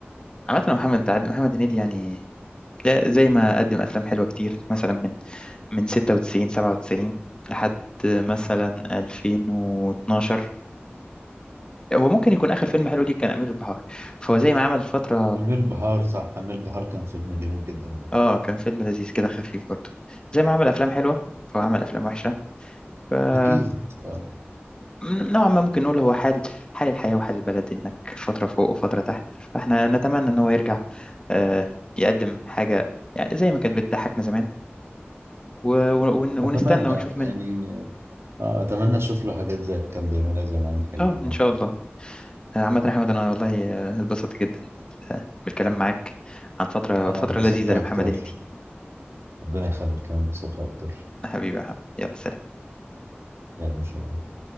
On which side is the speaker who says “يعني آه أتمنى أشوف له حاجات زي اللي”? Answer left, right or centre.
Right